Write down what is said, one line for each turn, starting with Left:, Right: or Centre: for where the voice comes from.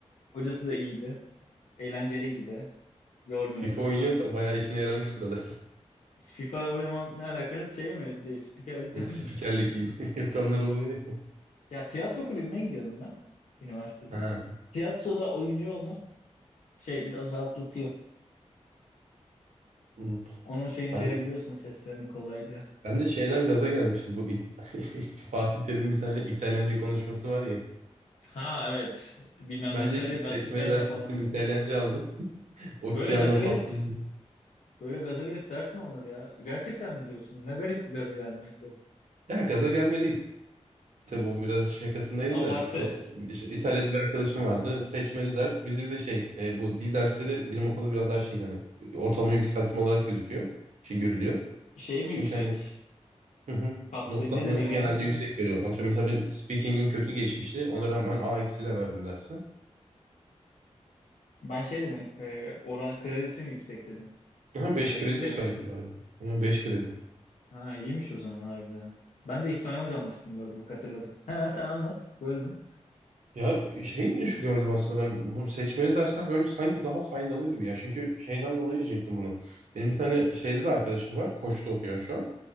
Left: Hocası da iyiydi. Eğlenceliydi de. Yormuyordu.
Right: FIFA oynuyorsa bayağı işine yaramıştır o ders.
Left: FIFA oynamam ne alakası şey mi? De, spikerlikten
Right: Bu spikerlik
Left: mi?
Right: gibi <laughs> yapanlar oluyor ya.
Left: Ya tiyatro kulübüne gidiyordum ben üniversitede.
Right: Ha.
Left: Tiyatroda oyuncu olmak şey biraz rahatlatıyor.
Right: Hı.
Left: Onun şeyini
Right: Ben
Left: verebiliyorsun seslerini kolayca.
Right: ben de şeyden gaza gelmiştim. Bu İt- <laughs> Fatih Terim bir tane İtalyanca konuşması var ya.
Left: Ha evet. Bilmem
Right: Ben
Left: ne çalıyor.
Right: de işte
Left: battı.
Right: seçmeli
Left: Peno
Right: ders
Left: falan.
Right: gittim İtalyanca aldım. O
Left: Böyle
Right: Cana
Left: gaza gelip
Right: Fatma.
Left: böyle gaza gelip ders mi onlar ya? Gerçekten mi diyorsun? Ne garip bir gaza gelmek o.
Right: Ya gaza gelmedi Tabii o biraz şakasındaydı
Left: Abartı.
Right: da işte, işte İtalya'da bir arkadaşım vardı. Seçmeli ders. Bizde bir de şey e, bu dil dersleri bizim okulda biraz daha şey yani ortalama yükseltme olarak gözüküyor. Şey görülüyor.
Left: Şey mi
Right: Çünkü
Left: yüksek?
Right: hani hı hı,
Left: Kapsayı
Right: notla-
Left: ne deniyor
Right: notu
Left: ona?
Right: genelde yüksek veriyorlar. Atıyorum mesela benim speaking'im kötü geçmişti. Ona rağmen A eksiyle verdim dersi.
Left: Ben şey dedim. E, oranı kredisi mi yüksek dedim.
Right: Aha 5
Left: Demek
Right: kredi
Left: demek
Right: saydılar.
Left: istedim.
Right: Yani 5 kredi.
Left: Ha iyiymiş o zaman harbiden. Ben de İspanyolca almıştım bu arada bak hatırladım. Ha sen anlat. Böldüm.
Right: Ya şey düş- gördüm aslında ben bu seçmeli dersler bence sanki daha faydalı gibi ya. Çünkü şeyden dolayı diyecektim bunu. Benim bir tane şeyde de arkadaşım var. Koç'ta okuyor şu an.